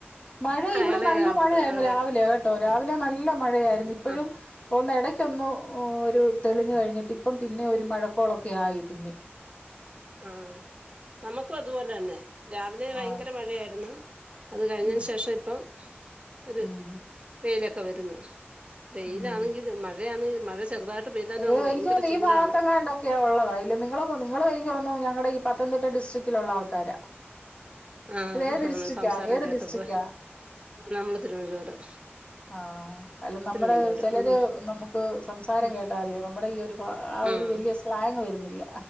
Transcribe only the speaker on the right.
ആ
ഇളയാളുണ്ട്
ഇളയ
ആ
ആഹ് നമ്മുക്കും അതുപോലെ തന്നെ രാവിലെ ഭയങ്കര
മഴയായിരുന്ന് അത് കഴിഞ്ഞേന്
ശേഷം ഇപ്പം ഒരു
വെയിലൊക്കെ വരുന്ന് വെയിലാണെങ്കില്
മഴയാന്നെങ്കി മഴ ചെറുതായിട്ട് പെയ്താലും
അങ്ങ് ഭയങ്കര
ചൂടാണ്
ആഹ്
ആഹ്
സംസാരം
കേട്ടപ്പൊ
ഞമ്മള് തിരുവനന്തപുരം.
തിരുവനന്തപുരം
ഉം
ഉം
ഉം